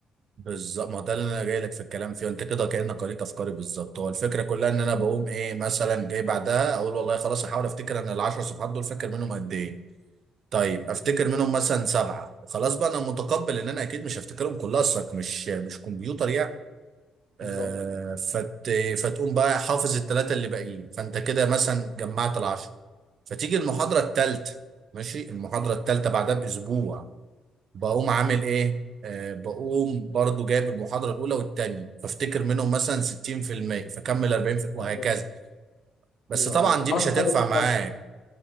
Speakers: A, on the right; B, on the left.
A: بالظبط ما ده اللي انا جاي لك في الكلام فيه انت كده كانك قريت افكاري بالظبط هو الفكره كلها ان انا بقوم ايه مثلا جاي بعدها اقول والله خلاص احاول افتكر انا العشر صفحات دول فاكر منهم قد ايه طيب افتكر
B: مم.
A: منهم مثلا سبعه خلاص بقى انا متقبل ان انا اكيد مش هفتكرهم كلها اصلك مش مش كمبيوتر يعني آه
B: بالظبط
A: فت فتقوم بقى حافظ الثلاثه اللي باقيين فانت كده مثلا جمعت العشر فتيجي المحاضره الثالثه ماشي المحاضره الثالثه بعدها باسبوع بقوم عامل ايه آه بقوم برضو جايب المحاضرة الأولى والتانية فافتكر منهم مثلا 60% فكمل 40% وهكذا
B: ايوه
A: بس
B: ايوه
A: طبعا
B: أيوة.
A: دي
B: حركه
A: مش هتنفع
B: حلوه الصراحة.
A: معاك